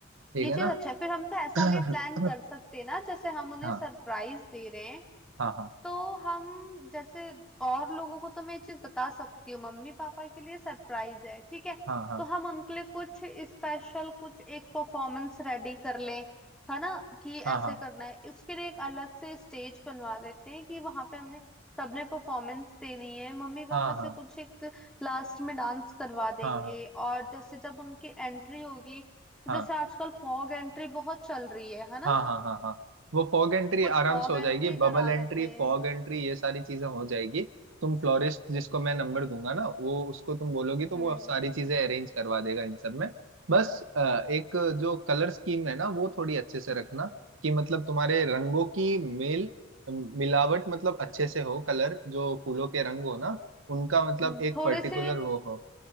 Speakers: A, on the right; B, in the centre.
A: ठीक
B: ये
A: है
B: चीज
A: ना
B: अच्छा है फिर हम तो ऐसा
A: <clears throat>
B: भी प्लान कर सकते हैं ना जैसे हम उन्हें
A: हाँ
B: सरप्राइज दे रहे हैं
A: हाँ हाँ
B: तो हम जैसे और लोगों को तो मैं ये चीज बता सकती हूँ मम्मी पापा के लिए सरप्राइज है ठीक है
A: हाँ हाँ
B: तो हम उनके लिए कुछ स्पेशल कुछ एक परफॉर्मेंस रेडी कर लें है ना कि
A: हाँ
B: ऐसे
A: हाँ हाँ
B: करना है उसके लिए एक अलग से स्टेज बनवा लेते हैं कि वहां पे हमने सबने परफॉर्मेंस देनी है मम्मी पापा
A: हाँ हाँ हाँ
B: से कुछ एक लास्ट में डांस करवा
A: हाँ
B: देंगे
A: हाँ
B: और जैसे जब उनकी एंट्री होगी तो
A: हाँ
B: जैसे आजकल फॉग एंट्री बहुत चल रही है है ना
A: हाँ हाँ हाँ हाँ वो फॉग एंट्री
B: कुछ
A: आराम
B: फॉग
A: से हो
B: एंट्री
A: जाएगी बबल
B: करा
A: एंट्री
B: लेते हैं
A: फॉग एंट्री ये सारी चीजें हो जाएगी तुम फ्लोरिस्ट जिसको मैं नंबर दूंगा ना वो उसको तुम बोलोगी तो
B: हम्म
A: वो सारी चीजें अरेंज करवा देगा इन सब में बस अ, एक जो कलर स्कीम है ना वो थोड़ी अच्छे से रखना कि मतलब तुम्हारे रंगों की मेल मिलावट मतलब अच्छे से हो कलर जो फूलों के रंग हो ना उनका मतलब
B: हम्म,
A: एक
B: थोड़े
A: पर्टिकुलर
B: से
A: वो हो